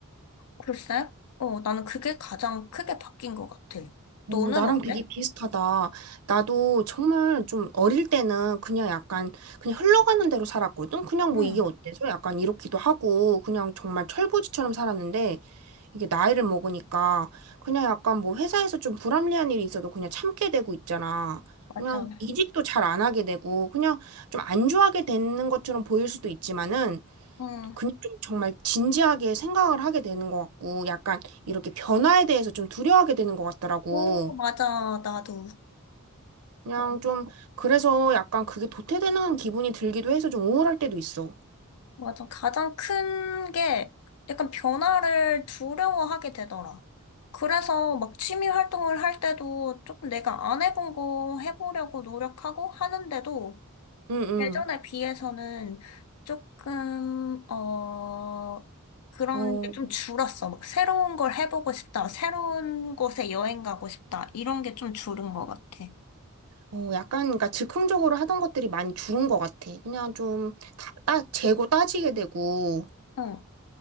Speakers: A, on the left; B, on the right.
A: 글쎄, 어, 나는 그게 가장 크게 바뀐 것 같아. 너는
B: 오, 나랑
A: 어때?
B: 되게 비슷하다. 나도 정말 좀 어릴 때는 그냥 약간 그냥 흘러가는 대로 살았거든. 그냥 뭐
A: 응,
B: 이게 어때서 약간 이렇기도 하고 그냥 정말 철부지처럼 살았는데 이게 나이를 먹으니까 그냥 약간 뭐 회사에서 좀 불합리한 일이 있어도 그냥 참게 되고 있잖아.
A: 맞아.
B: 그냥 이직도 잘 안 하게 되고 그냥 좀 안 좋아하게 되는 것처럼 보일 수도 있지만은
A: 응.
B: 그냥 좀 정말 진지하게 생각을 하게 되는 것 같고, 약간 이렇게 변화에 대해서 좀 두려워하게 되는 것 같더라고.
A: 오, 맞아, 나도.
B: 그냥
A: 어,
B: 좀, 그래서 약간 그게 도태되는 기분이 들기도 해서 좀 우울할 때도 있어.
A: 맞아. 가장 큰 게 약간 변화를 두려워하게 되더라. 그래서 막 취미 활동을 할 때도 조금 내가 안 해본 거 해보려고 노력하고 하는데도
B: 응, 응.
A: 예전에 비해서는 조금, 어, 그런
B: 어,
A: 게 좀 줄었어. 막 새로운 걸 해보고 싶다. 새로운 곳에 여행 가고 싶다. 이런 게 좀 줄은 것 같아.
B: 어, 약간, 그러니까 즉흥적으로 하던 것들이 많이 줄은 것 같아. 그냥 좀, 다, 따, 재고 따지게 되고,
A: 어.